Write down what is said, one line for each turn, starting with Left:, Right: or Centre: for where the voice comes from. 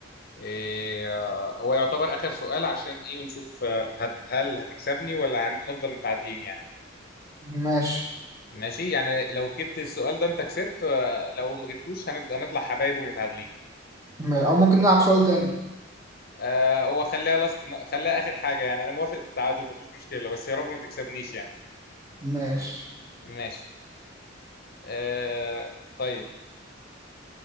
Left: إيه آه، هو يعتبر آخر سؤال عشان إيه ونشوف آه، هت- هل هتكسبني ولا هنفضل متعادلين يعني
Right: ماشي
Left: ماشي يعني لو جبت السؤال ده أنت كسبت آه، لو ما جبتوش هنفضل هنطلع حبايب ومتعادلين
Right: ما- او ممكن نلعب سؤال تاني
Left: آه هو خليها لاست خليها آخر حاجة يعني أنا موافق بالتعادل مفيش مشكلة بس يا رب ما تكسبنيش يعني
Right: ماشي
Left: ماشي آه طيب